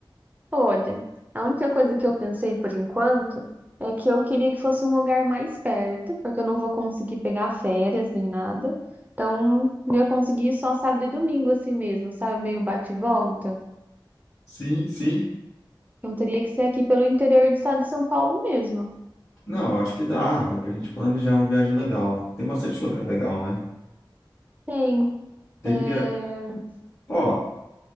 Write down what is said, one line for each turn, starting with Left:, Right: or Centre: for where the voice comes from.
Right: olha, a única coisa que eu pensei por enquanto é que eu queria que fosse um lugar mais perto, porque eu não vou conseguir pegar férias nem nada. Então, eu ia conseguir ir só sábado e domingo assim mesmo, sabe? Meio bate e volta.
Left: Sim, sim.
Right: Então, teria que ser aqui pelo interior do estado de São Paulo mesmo.
Left: Não, eu acho que dá. Dá pra gente planejar uma viagem legal. Tem bastante lugar legal, né?
Right: Tem, é,
Left: Teria, ó,